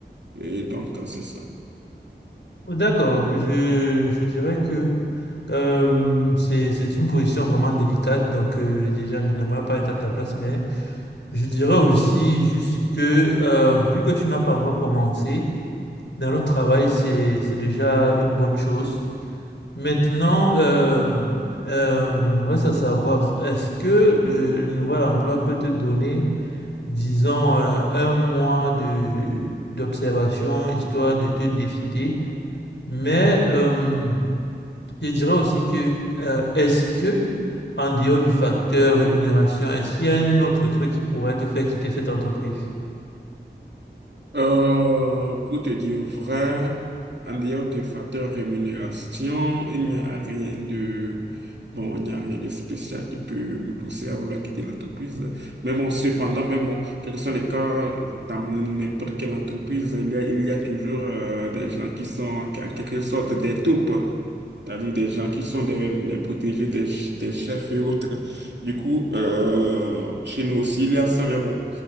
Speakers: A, on the right; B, on the left.
A: Et donc, euh, c'est ça.
B: D'accord, je, je dirais que euh, c'est, c'est une position vraiment délicate, donc euh, déjà, je n'aimerais pas être à ta place, mais je dirais aussi juste que euh, vu que tu n'as pas encore commencé dans le travail, c'est, c'est déjà une bonne chose. Maintenant, euh, euh, reste à savoir, est-ce que le nouvel emploi peut te donner, disons, euh, un mois de d'observation, histoire de te décider, mais euh, je dirais aussi que, euh, est-ce que, en dehors du facteur rémunération, est-ce qu'il y a un autre truc qui pourrait te faire quitter cette entreprise?
A: Euh, pour te dire vrai, en dehors des facteurs rémunération, il n'y a rien de bon, il n'y a rien de spécial qui peut me pousser à vouloir quitter l'entreprise. Mais bon, cependant, mais bon, quel que soit le cas, dans n'importe quelle entreprise, il y a, il y a toujours euh, des gens qui sont en en quelque sorte des taupes. C'est-à-dire des gens qui sont des, les protégés des, ch- des chefs et autres. Du coup, euh, chez nous aussi, il y a ça, mais bon.